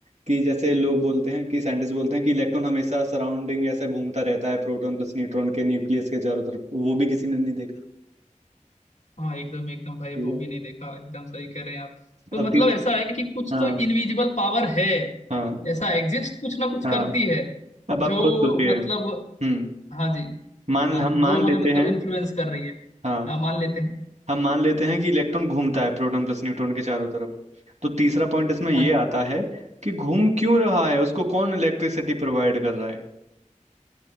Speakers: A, on the right; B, on the left.
A: कि जैसे लोग बोलते हैं कि साइंटिस्ट बोलते हैं कि इलेक्ट्रॉन हमेशा सराउंडिंग ऐसा घूमता रहता है प्रोटॉन प्लस न्यूट्रॉन के न्यूक्लियस के चारों तरफ वो भी किसी ने नहीं देखा
B: हाँ एकदम एकदम भाई
A: ठीक
B: वो
A: है
B: भी नहीं देखा एकदम सही कह रहे हैं आप तो
A: अब
B: मतलब
A: तीस
B: ऐसा है कि कुछ
A: हाँ
B: तो इनविजिबल पावर है
A: हाँ
B: ऐसा एग्जिस्ट कुछ ना कुछ
A: हाँ
B: करती है
A: अब
B: जो
A: आप खुद सोचिए
B: मतलब
A: हम्म
B: हाँ जी
A: मान
B: हाँ
A: हम मान
B: जो हमें
A: लेते
B: मतलब
A: हैं
B: इन्फ्लुएंस कर रही है
A: हाँ
B: हाँ मान लेते हैं
A: हम मान लेते हैं कि इलेक्ट्रॉन घूमता है प्रोटॉन प्लस न्यूट्रॉन के चारों तरफ तो तीसरा पॉइंट इसमें ये
B: हाँ जी
A: आता है कि घूम क्यों रहा है उसको कौन इलेक्ट्रिसिटी प्रोवाइड कर रहा है